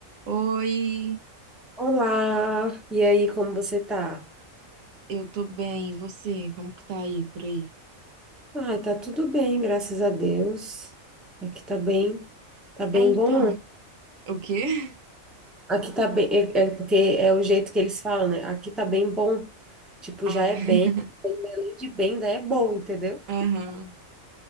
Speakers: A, on the right; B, in the centre.
A: Oi,
B: Olá, e aí, como você tá?
A: eu tô bem, e você? Como que tá aí, por aí?
B: Ah, tá tudo bem, graças a Deus. Aqui tá bem, tá bem
A: É, então,
B: bom.
A: o quê? <laughs>
B: Aqui tá bem, é, é porque é o jeito que eles falam, né? Aqui tá bem bom. Tipo,
A: Ah,
B: já é
A: <laughs>
B: bem, além de bem, ainda é bom, entendeu?
A: aham.